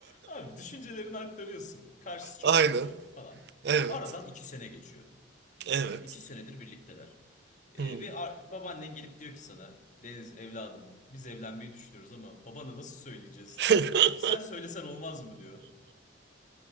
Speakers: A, on the left (about 40°); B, on the right (about 55°).
A: Abi düşüncelerini aktarıyorsun. Karşısı çok
B: Aynen.
A: mutlu oluyor falan.
B: Evet.
A: Aradan iki sene geçiyor.
B: Evet.
A: Ya iki senedir birlikteler. Ee,
B: Hmm.
A: ve ar- babaannen gelip diyor ki sana Deniz evladım biz evlenmeyi düşünüyoruz ama babana nasıl söyleyeceğiz?
B: <laughs>
A: Sen söylesen olmaz mı diyor.